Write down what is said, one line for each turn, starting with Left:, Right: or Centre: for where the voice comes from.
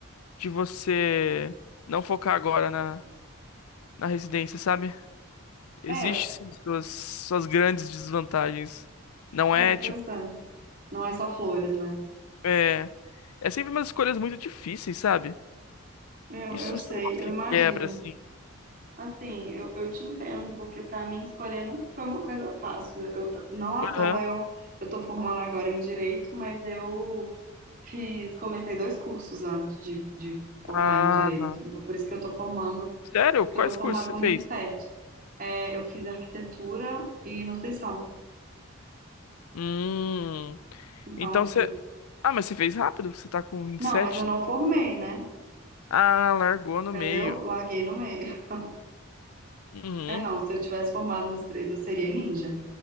Left: de você não focar agora na, na residência, sabe? Existe
Right: É,
Left: sim suas, suas grandes desvantagens. Não
Right: é,
Left: é tipo.
Right: pois é. Não é só flores, né?
Left: É, é sempre umas escolhas muito difíceis, sabe?
Right: Eu,
Left: Isso,
Right: eu sei,
Left: isso é um negócio
Right: eu
Left: que
Right: imagino.
Left: quebra, assim.
Right: Assim, eu, eu te entendo, porque para mim escolher nunca foi uma coisa fácil. Eu, t- não à
Left: Aham.
Right: toa eu, eu tô formando agora em direito, mas eu fiz, comecei dois cursos antes de, de formar
Left: Ah,
Right: em direito. Então, por isso que eu tô formando,
Left: sério?
Right: por isso
Left: Quais
Right: que eu vou formar
Left: cursos você
Right: com
Left: fez?
Right: vinte e sete. É, eu fiz arquitetura e nutrição.
Left: Hum.
Right: Então,
Left: Então
Right: assim,
Left: você. Ah, mas você fez rápido? Você tá com vinte
Right: não,
Left: e sete.
Right: mas eu não formei, né?
Left: Ah, largou no
Right: Entendeu?
Left: meio.
Right: Larguei no meio. <laughs>
Left: Uhum.
Right: É, não, se eu tivesse formado nos três, eu seria ninja.